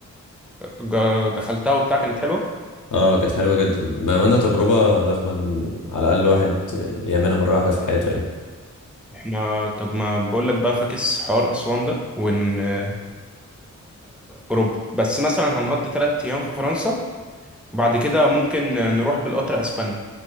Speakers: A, in the centre; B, on the left.
A: جا- دخلتها وبتاع كانت حلوة
B: اه كانت حلوة جدا بأمانة تجربة لازم على الأقل واحد آه، يعملها مرة واحدة في حياته يعني
A: احنا طب ما بقولك بقى فاكس حوار أسوان ده ونروح أوروبا بس مثلا هنقضي تلات أيام في فرنسا وبعد كده ممكن آه، نروح بالقطر أسبانيا